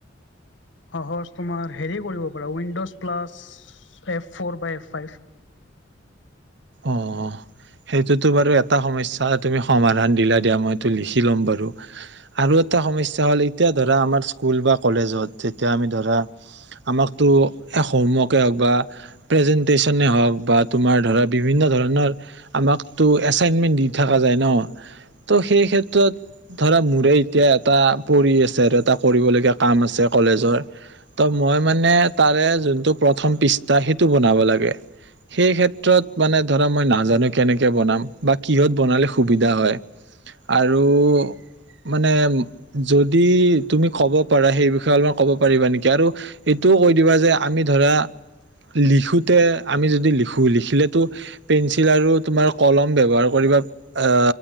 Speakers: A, on the left; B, on the right.
A: সহজ তোমাৰ হেৰি কৰিব পাৰা উইণ্ড'জ প্লাছ এফ ফ'ৰ বা এফ ফাইভ।
B: অঁ, সেইটোতো বাৰু এটা সমস্যা তুমি সমাধান দিলা দিয়া মইটো লিখি ল'ম বাৰু। আৰু এটা সমস্যা হ'ল এতিয়া ধৰা আমাৰ স্কুল বা কলেজত যেতিয়া আমি ধৰা আমাকতো এহ হোমৱৰ্কে হওক বা প্ৰেজেন্টেচনে হওঁক বা তোমাৰ ধৰা বিভিন্ন ধৰণৰ আমাকতো এছাইনমেণ্ট দি থকা যায় ন, ত' সেই ক্ষেত্ৰত ধৰা মোৰে এতিয়া এটা পৰি আছে আৰু এটা কৰিবলগীয়া কাম আছে কলেজৰ। ত' মই মানে তাৰে যোনটো প্ৰথম পৃষ্ঠা সেইটো বনাব লাগে। সেই ক্ষেত্ৰত মানে ধৰা মই নাজানো কেনেকৈ বনাম বা কিহত বনালে সুবিধা হয় আৰু মানে যদি তুমি ক'ব পাৰা সেই বিষয়ে অলপমান ক'ব পাৰিবা নেকি? আৰু এইটোও কৈ দিবা যে আমি ধৰা লিখোঁতে আমি যদি লিখোঁ, লিখিলে ত' পেঞ্চিল আৰু তোমাৰ কলম ব্যৱহাৰ কৰি বা আ